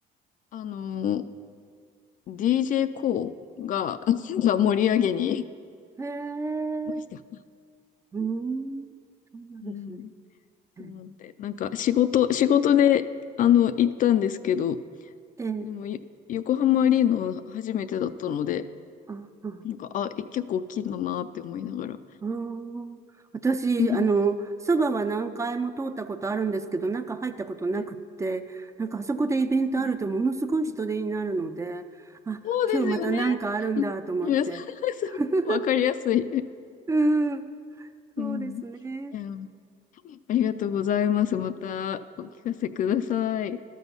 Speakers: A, on the left; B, on the right.
A: あのー DJ コーが、<laughs> が盛り上げに、
B: へえ。
A: ました。
B: うん、そうなんですね。
A: うん。
B: え
A: そうなんで、なんか仕事、仕事で、あの、行ったんですけど、
B: え、ええ
A: でも、よ横浜アリーナは初めてだったので、
B: あ、あ、
A: なんか、あ、え、結構大きいんだなって思いながら。
B: あー、私、
A: <laughs>
B: あの、そばは何回も通ったことあるんですけど、中入ったことなくって、
A: はい
B: なんかあそこでイベントあるとものすごい人手になるので、
A: そうですね。うん
B: あ、
A: そうですよね。
B: 今日またなんかあるんだと思って、
A: <laughs> うんそうそう
B: <laughs>
A: <laughs> わかりやすい。
B: うんそうですね。
A: うん。いや、ありがとうございます。またお聞かせください。